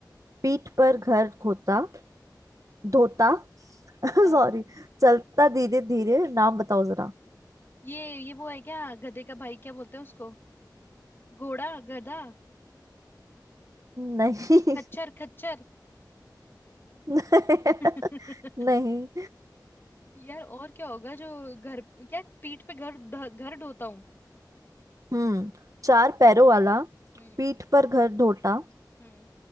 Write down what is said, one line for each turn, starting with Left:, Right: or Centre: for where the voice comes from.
Right: पीठ पर घर खोता धोता <laughs> सॉरी
Left: हाँ
Right: चलता
Left: हम्म।
Right: धीरे धीरे नाम बताओ जरा
Left: ये ये वो है क्या गधे का भाई क्या बोलते हैं उसको घोड़ा गधा
Right: नहीं
Left: खच्चर खच्चर
Right: <laughs>
Left: <laughs>
Right: नहीं
Left: यार और क्या होगा जो घर क्या पीठ पे घर ढ- घर ढोता हूँ
Right: हम्म चार पैरों वाला
Left: हम्म
Right: पीठ पर घर ढोता
Left: हम्म